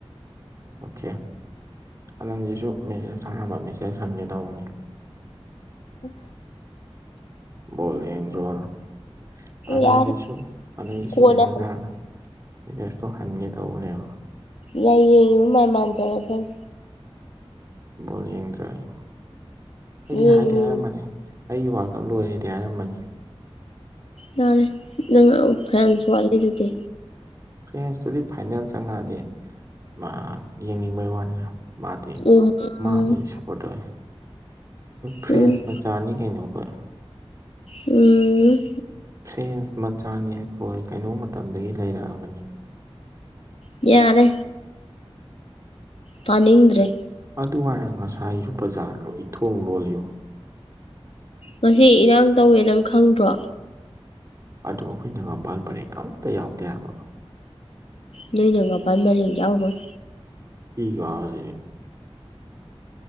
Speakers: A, on the right (about 30°); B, on the left (about 85°).
A: ꯑꯣꯈꯦ ꯑꯅꯟꯗꯤꯁꯨ ꯃꯦꯁꯦꯖ ꯊꯔꯛꯑꯝꯕ ꯃꯦꯁꯦꯖ ꯍꯟꯒꯦ ꯇꯧꯕꯅꯤ
B: ꯎꯝ
A: ꯕꯣꯜ ꯌꯦꯡꯗ꯭ꯔꯣꯅ ꯑꯅꯟꯗꯤꯁꯨ
B: ꯌꯥꯔꯦ
A: ꯑꯅꯟꯗꯤꯁꯨ
B: ꯀꯣꯟꯅ
A: ꯃꯦꯁꯦꯖ ꯊꯥꯔꯝꯃꯦ ꯏꯗꯦꯁꯇꯣ ꯍꯟꯒꯦ ꯇꯧꯕꯅꯦꯕ
B: ꯌꯩ ꯌꯦꯡꯕ ꯃꯥꯏ ꯃꯥꯟꯖꯔꯁꯅꯤ
A: ꯕꯣꯜ ꯌꯦꯡꯗ꯭ꯔꯌꯦ ꯑꯩꯗꯤ
B: ꯌꯦꯡꯉꯤ
A: ꯍꯥꯏꯗꯤ ꯍꯥꯏꯔꯝꯕꯅꯤ ꯑꯩꯒꯤ ꯋꯥꯜꯀꯞ ꯂꯣꯏꯔꯦꯗꯤ ꯍꯥꯏꯔꯝꯕꯅꯤ
B: ꯌꯥꯔꯦ ꯅꯪ ꯑ ꯐ꯭ꯔꯥꯟꯁ ꯋꯥꯠꯂꯤꯗꯨꯗꯤ
A: ꯐ꯭ꯔꯦꯟꯁꯇꯨꯗꯤ ꯐꯥꯏꯅꯦꯜ ꯆꯪꯉꯛꯑꯗꯤ ꯃꯥ ꯌꯦꯡꯅꯤꯡꯕꯩ ꯋꯥꯅꯤ ꯃꯥꯗꯤ
B: ꯎꯝ
A: ꯃꯥ
B: ꯎꯝ
A: ꯑꯣꯏ ꯁꯞ ꯄꯣꯠ ꯇꯧꯋꯦ ꯐ꯭ꯔꯦꯟꯁ
B: ꯎꯝ
A: ꯃꯆꯥꯅꯤ ꯀꯩꯅꯣ ꯑꯩꯈꯣꯏ
B: ꯎꯝ
A: ꯐ꯭ꯔꯦꯟꯁ ꯃꯆꯥꯅꯤ ꯑꯩꯈꯣꯏ ꯀꯩꯅꯣ ꯃꯇꯝꯗꯒꯤ ꯂꯩꯔꯛꯑꯕꯅꯤ
B: ꯌꯥꯔꯦ ꯇꯥꯅꯤꯡꯗ꯭ꯔꯦ
A: ꯑꯗꯨꯍꯥꯏꯔ ꯉꯁꯥꯏꯖꯨ ꯕꯖꯥꯔ ꯂꯣꯏ ꯊꯣꯡ ꯂꯣꯜꯂꯤꯕꯣ
B: ꯉꯁꯤ ꯏꯔꯥꯡ ꯇꯧꯋꯦ ꯅꯪ ꯈꯪꯗ꯭ꯔꯣ
A: ꯑꯗꯣ ꯑꯩꯈꯣꯏ ꯅꯒꯝꯄꯥꯜ ꯄꯔꯦꯡ ꯑꯝꯇ ꯌꯥꯎꯗꯦ ꯍꯥꯏꯕ
B: ꯅꯣꯏ ꯅꯒꯝꯄꯥꯜ ꯃꯔꯤꯡ ꯌꯥꯎꯔꯣꯏ
A: ꯏ ꯀꯥꯔꯦ